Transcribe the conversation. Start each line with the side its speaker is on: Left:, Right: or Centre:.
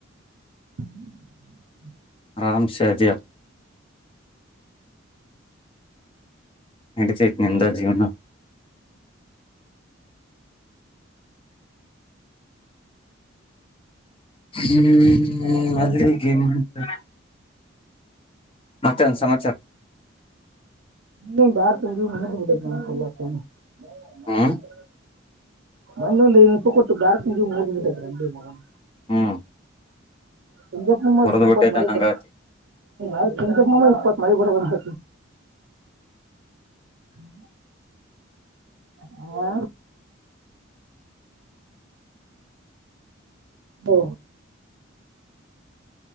Right: ಹ <inaudible>
Left: ಆರಾಮ್ ಸೇ ಅದಿ. ನಡೀತೇತಿ ನಿಂದ ಜೀವ್ನ. ಹ್ಮ್ ಮಲ್ಲಿಗೆ
Right: ಮಾಡ್ಕೊಂತ
Left: ಮಂಟಪ. ಮತ್ತೆನ ಸಮಾಚಾರ.
Right: ಬ ಕ ಮ ಬಡ ಗಾಮ ಕೊಲ್ಲತ್ತ. <inaudible> ಹ್ಮತ.
Left: ಹ್ಮ್
Right: <inaudible> ಮಂದಂದು ತ ಕೊಟ್ಟು ಬಾರಕ ಮು ಬಿಟ್ಟ ರಂಡಿ ಮಗನ.
Left: ಹ್ಮ್.
Right: ಸಂಜಪ್ಪೂ ಮ
Left: ಮರದ
Right: ಇಪ್ಪತ್
Left: ಬಿಟ್ಟೈತೆ
Right: ಮರ
Left: ನಂಗತಿ
Right: ಹ ಆಯ್ತ. ನಿಮಮ್ಮ ಇಪ್ಪತ್ ಮಾಡಿ ಬರಬಂದ. ಹ್ಮ. <inaudible> ಹಾ. ಹಲೋ.